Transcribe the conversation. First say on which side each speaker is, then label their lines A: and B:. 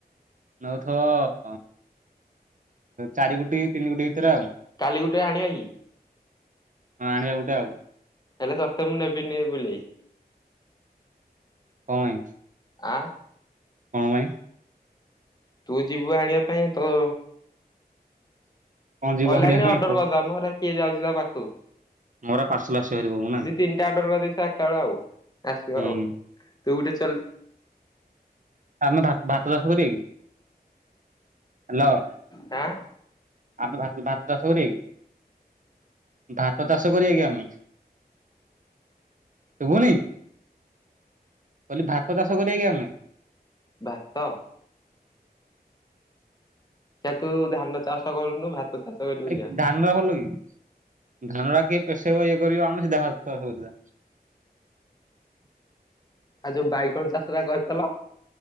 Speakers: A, on the right (about 50°); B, on the left (about 25°).
A: ନେଉଥବ ଚାରି କୋଟି ତିନି କୋଟି ଭିତରେ ଆଉ।
B: କାଲି ଗୋଟେ ଆଣିବା କି?
A: ହଁ ଆଣିବା ଗୋଟେ ଆଉ।
B: ହେଲେ ତତେ ମୁଁ ନେବିନି ବୁଲେଇ।
A: କଣ ପାଇଁ?
B: ଆଁ
A: କଣ ପାଇଁ?
B: ତୁ ଯିବୁ ଆଣିବା ପାଇଁ ତ।
A: କଣ ଯିବ
B: ଅନଲାଇନ
A: ଆଣିବା ପାଇଁ
B: ଅର୍ଡ଼ର
A: କହ
B: କରିଦେବା ମ ହେରା କିଏ ଯାଉଛି ତା ପାଖକୁ।
A: ମୋର ପାର୍ସଲ ଆସିବ ହାରି ଘରକୁ ନା
B: ଦି ତିନିଟା ଅଡ଼ର କରିଦେଇଥିବା ଏକା ବେଳେ ଆଉ ଆସିବ
A: ହୁଁ
B: ଆଉ ତୁ ଗୋଟେ ଚଲ
A: ଆମେ ଭାତ ଚାଷ କରିବାକି ହ୍ୟାଲୋ।
B: ହାଁ
A: ଆମେ ଭା ଭାତ ଚାଷ କରିବା କି? ଭାତ ଚାଷ କରିବା କି ଆମେ? ଶୁଭୁନି କହିଲି ଭାତ ଚାଷ କରିବା କି ଆମେ?
B: ଭାତ? ଯେ ତୁ ଧାନ ଚାଷ କରୁନୁ ଭାତ ଚାଷ କରିବୁ
A: ଆରେ
B: କିଆ
A: ଧାନ ଟା ଭଲ କି ଧାନ ଟା କିଏ ପେଶେଇବ ଇଏ କରିବ ଆମେ ସିଧା ଭାତ ଚାଷ କରି
B: ଆଉ ଯୋଉ ବାଇଗଣ ଚାଷଟା କରିଥିଲ?